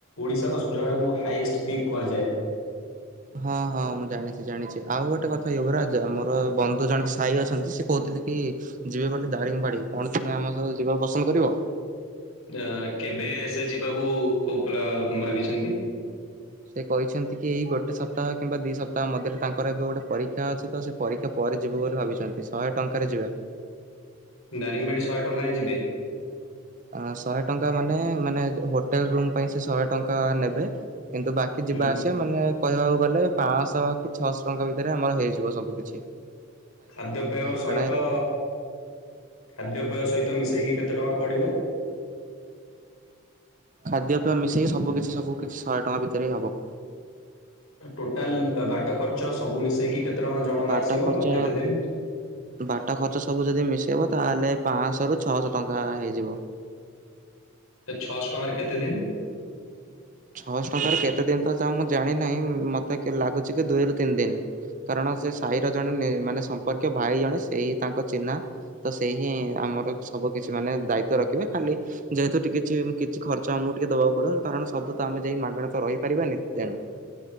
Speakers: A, on the left; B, on the right.
A: ଓଡିଶାର ସ ଯହାକୁ ହାଇଏଷ୍ଟ ପିକ୍ କୁହାଯାଏ।
B: ହଁ, ହଁ ମୁଁ ଜାଣିଛି, ଜାଣିଛି। ଆଉ ଗୋଟେ କଥା ୟୁବରାଜ ମୋର ବନ୍ଧୁ ଜଣେ ସେ ଭାଇ ଅଛନ୍ତି ସେ କହୁଥିଲେ କି ଯିବେ ବୋଲି ଦାରିଙ୍ଗବାଡ଼ି। କଣ ତମେ ଆମ ସହ ଯିବାକୁ ପସନ୍ଦ କରିବ?
A: ଯେ କେବେ ସେ ଯିବାକୁ କୋଉ ପିଲା ଭାବିଛନ୍ତି?
B: ସେ କହିଛନ୍ତି କି ଏଇ ଗୋଟେ ସପ୍ତାହ କିମ୍ବା ଦି ସପ୍ତାହ ମଧ୍ୟରେ। ତାଙ୍କର ଏବେ ଗୋଟେ ପରୀକ୍ଷା ଅଛି ତ ସେ ପରୀକ୍ଷା ପରେ ଯିବୁ ବୋଲି ଭାବିଛନ୍ତି। ଶହେ ଟଙ୍କାରେ ଯିବା।
A: ଦାରିଙ୍ଗବାଡ଼ି ଶହେ ଟଙ୍କାରେ ଯିବେ?
B: ଆ ଶହେ ଟଙ୍କା ମାନେ-ମାନେ ହୋଟେଲ ରୁମ୍ ପାଇଁ ସେ ଶହେ ଟଙ୍କା ନେବେ। କିନ୍ତୁ ବାକି କି ଯିବା
A: ଉଁ,
B: ଆସିବା ମାନେ କହିବାକୁ ଗଲେ ପାଞ୍ଚଶହ କି ଛଅଶହ ଟଙ୍କା ଭିତରେ ଆମର ହେଇଯିବ ସବୁ କି।
A: ଖାଦ୍ୟପେୟ ସହିତ
B: ହିଁ ରହିବ।
A: ଖାଦ୍ୟପେୟ ସହିତ ମିଶେଇକି କେତେ ଟଙ୍କା ପଡ଼ିବ?
B: ଖାଦ୍ୟପେୟ ମିଶେଇକି ସବୁ କିଛି, ସବୁ କିଛି ଶହେ ଟଙ୍କା ଭିତରେ ହି ହବ।
A: ଟୋଟାଲ ବାଟ ଖର୍ଚ୍ଚ ସବୁ ମିଶେଇକି କେତେ ଟଙ୍କା ଜଣକା
B: ବାଟ
A: ଆସିବ
B: ଖର୍ଚ୍ଚ
A: ଆଉ କେତେ ଦିନ୍
B: ବାଟ ଖର୍ଚ୍ଚ ସବୁ ଯଦି ମିଶେଇବ ତାହେଲେ ପାଶହ ରୁ ଛଅଶହ ଟଙ୍କା ହେଇଯିବ।
A: ଛଅଶହ ଟଙ୍କାରେ କେତେ ଦିନ୍?
B: ଛଅଶହ ଟଙ୍କା ର କେତେ ଦିନ୍ ତ ଚା ମୁଁ ଜାଣିନାହିଁ ମୋତେ ଲାଗୁଛି କି ଦୁଇରୁୁ ତିନି ଦିନ୍। କାରଣ ସେ ସାହିର ଜଣେ ମାନେ ସମ୍ପର୍କୀୟ ଭାଇ ଜଣେ ସେଇ ତାଙ୍କ ଚିହ୍ନା। ତ ସେଇ ହିଁ ଆମର ସବୁ କିଛି ମାନେ ଦାୟିତ୍ଵ ରଖିବେ ଖାଲି ଯେହେତୁ ଟିକେ କିଛି ଖର୍ଚ୍ଚ ଆମକୁ ଟିକେ ଦବାକୁ ପଡିବ କାରଣ ସବୁ ତ ଆମେ ଯାଇ ମାଗଣ ତ ରହିପାରିବାନି ତେଣୁ